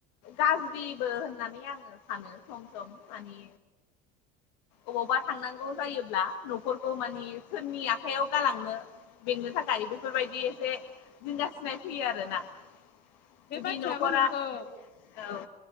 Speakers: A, on the left; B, on the left.
A: गाज्रिबो होननानै आङो सानो सम सम माने अबावबा थांनांगौ जायोब्ला न'खरखौ मानि सोरनि आखाइयाव गालांनो। बेंनो थाखाय बेफोरबादि एसे जिंगा सिनायफैयो आरो ना
B: बे
A: जुदि
B: बाथ्रायाबो
A: न'खरा
B: नंगौ
A: औ